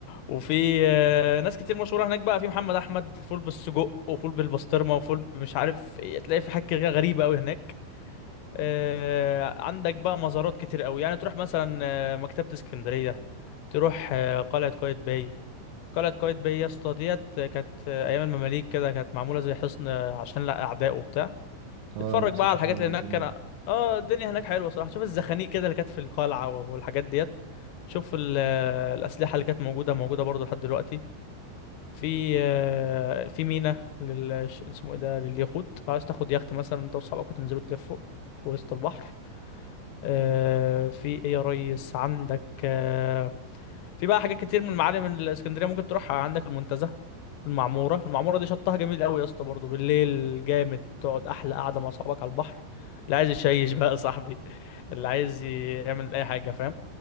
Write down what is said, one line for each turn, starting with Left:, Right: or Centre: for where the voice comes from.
Left: وفي آه، ناس كتير مشهوره هناك بقى في محمد احمد فول بالسجق وفول بالبسطرمه وفول مش عارف ايه تلاقي في حاجه غريبه قوي هناك آه، عندك بقى مزارات كتير قوي يعني تروح مثلا آه، مكتبة اسكندرية تروح آه، قلعة قايتباي قلعة قايتباي يا اسطى ديت آه، كانت آه، أيام المماليك كده كانت معمولة زي حصن آه، عشان لا أعداء وبتاع
Right: اه
Left: تتفرج
Right: نفسي
Left: بقى
Right: اشوفها
Left: على الحاجات اللي
Right: من
Left: هناك
Right: زمان
Left: كان
Right: دي
Left: اه الدنيا هناك حلوة صراحة شوف الزخانيق كده اللي كانت في القلعة والحاجات ديت شوف ال- آه، الأسلحة اللي كانت موجودة موجودة برضه لحد دلوقتي في آه، في ميناء لل ش- اسمه ايه ده لليخوت لو عايز تاخد يخت مثلا انت واصحابك وتنزلوا تلفوا في وسط البحر آه، في ايه يا ريس عندك آه، في بقى حاجات كتير من المعالم الاسكندريه ممكن تروحها عندك المنتزه المعموره المعموره دي شطها جميل قوي يا اسطى برضه بالليل جامد تقعد احلى قعده مع اصحابك على البحر اللي عايز يشيش بقى يا صاحبي اللي عايز يعمل اي حاجه فاهم